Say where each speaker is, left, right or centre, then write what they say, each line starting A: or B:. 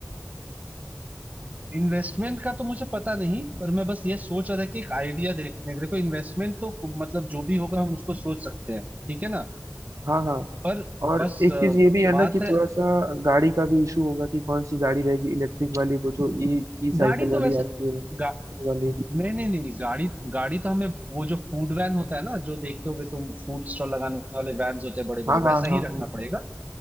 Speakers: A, on the right; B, on the right.
A: इन्वेस्टमेंट का तो मुझे पता नहीं पर मैं बस ये सोच रहा था कि एक आइडिया देखने का देखो इन्वेस्टमेंट तो मतलब जो भी होगा हम उसको सोच सकते हैं ठीक है ना
B: हाँ हाँ
A: पर
B: और
A: बस
B: एक
A: अ,
B: चीज़ ये भी है
A: बात
B: ना कि
A: है
B: थोड़ा सा गाड़ी का भी इशू होगा कि कौन सी गाड़ी रहेगी इलेक्ट्रिक वाली वो जो ई ई साइकिल
A: गाड़ी
B: वाली
A: तो वैसे
B: आती है
A: गा,
B: ई वाली
A: नहीं नहीं नहीं नहीं, गाड़ी गाड़ी तो हमें वो जो फूड वैन होता है ना जो देखते होगे तुम फूड स्टॉल लगाने वाले वैन होते हैं बड़े बड़े
B: हाँ हाँ
A: वैसा ही
B: हाँ हाँ
A: रखना पड़ेगा